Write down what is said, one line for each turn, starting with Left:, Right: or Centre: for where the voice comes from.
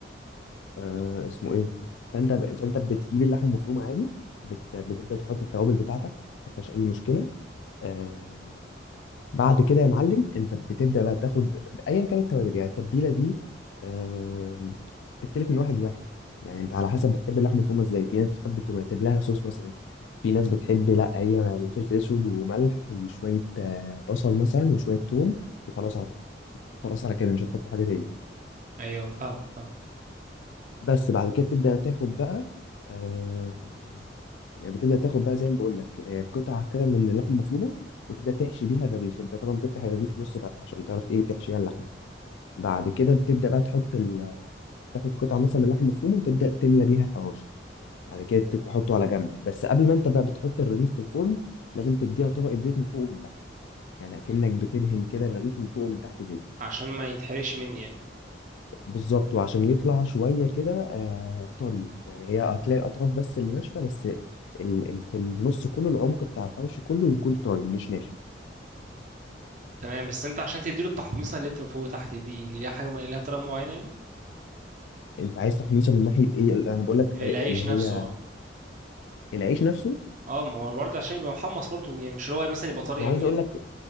Left: آه اسمه ايه فانت فانت بتجيب اللحمه المفرومه عادي بت... بتبدا تحط التوابل بتاعتك ما فيهاش اي مشكله آه بعد كده يا معلم انت بتبدا بقى تاخد ايا كانت التوابل يعني التتبيله دي آه... بتختلف من واحد لواحد يعني انت على حسب بتحب اللحمه مفرومه ازاي في ناس بتحب تكتب لها صوص مثلا في ناس بتحب لا هي لا فلفل اسود وملح وشويه آه، بصل مثلا وشويه توم وخلاص على خلاص على كده مش هتحط حاجه تاني
Right: ايوه فاهمك فاهمك
Left: بس بعد كده تبدا تاخد بقى آه... يعني بتبدا تاخد بقى زي ما بقول لك آه... قطع كده من اللحمه المفرومه وتبدا تحشي بيها الرغيف انت طبعا بتفتح الرغيف نص فتحه عشان تعرف ايه تحشيها اللحمه بعد كده بتبدأ بقى تحط ال... تاخد قطعة مثلا من اللحمة المفرومة وتبدأ تملى بيها حواوشي بعد كده ت- تحطه على جنب بس قبل ما انت بقى بتحط الرغيف في الفرن لازم تديها طبقة زيت من فوق ومن تحت يعني أكنك بتدهن كده الرغيف من فوق ومن تحت زيت
Right: عشان ما يتحرقش مني يعني
Left: بالظبط وعشان يطلع شوية كده آه طري يعني هي هتلاقي الأطراف بس اللي ناشفة بس ال... ال... في النص كله العمق بتاع الحواوشي كله يكون طري مش ناشف
Right: تمام بس انت عشان تديله التحميصه اللي بتبقى فوق وتحت دي ليها حاجه ليها طريقه معينه
Left: انت عايز تحميصه من ناحية ايه انا بقول لك
Right: يعني
Left: آه،
Right: العيش
Left: اللي
Right: نفسه
Left: هي
Right: اه
Left: العيش نفسه
Right: اه ما هو برضه عشان يبقى محمص برضه يعني مش اللي هو مثلا يبقى طري
Left: انا
Right: قوي
Left: عايز
Right: يعني
Left: اقول لك